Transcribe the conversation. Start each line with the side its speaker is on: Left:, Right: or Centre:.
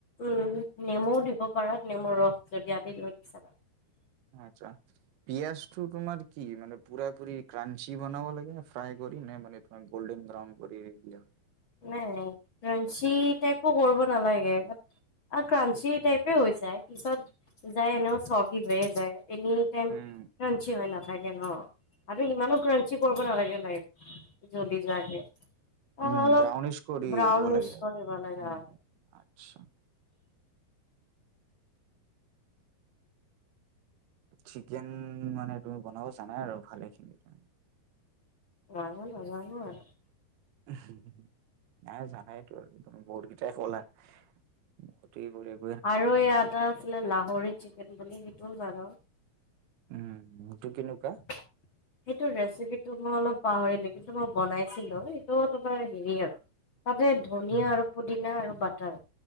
Left: উম, নেমুও দিব পাৰা নেমু ৰস যদি আতি দিব বিচাৰা।
Right: আচ্ছা। পিয়াজটো তোমাৰ কি মানে পুৰা পুৰি ক্ৰাঞ্চি বনাব লাগে, ফ্ৰাই কৰি, নে মানে গ'ল্ডেন ব্ৰউন কৰি দিলে হয়।
Left: নাই নাই, ক্ৰানঞ্চি টাইপো কৰিব নালাগে। আৰু ক্ৰাঞ্চি টাইপে হৈ যায়, পিছত যায় এনেও চগী হৈয়ে যায়। এনিটাইম
Right: উম
Left: ক্ৰাঞ্চি হৈ নাথাকে ন' আৰু ইমানো ক্ৰাঞ্চি কৰ ত' নালাগে নালাগে জলি যোৱাকে। অ
Right: উম,
Left: অলপ
Right: ব্ৰাউনিছ কৰিব
Left: ব্ৰাউনিছ
Right: লাগে উম,
Left: কৰিব লাগে আৰু
Right: আচ্ছা। চিকেন মানে তুমি বনাব জানাই আৰু ভালেখিনি তুমি।
Left: সিমানো নাজানো আৰু।
Right: উম, নাই জানায়েতো আৰু তুমি বহুত কেইটায়ে কলা। <unintelligible>
Left: আৰু এই এটা আছিলে লাহৰি চিকেন বুলি সেইটো বাৰু।
Right: উম, সেইটো কেনেকুৱা?
Left: <unintelligible> সেইটো ৰেচিপিটো মই অলপ পাহৰিলোঁ, কিন্তু মই বনাইছিলোঁ। সেইটো তোমাৰ হেৰি আৰু। তাতে ধনিয়া
Right: উম
Left: আৰু পুদিনা আৰু বাটাৰ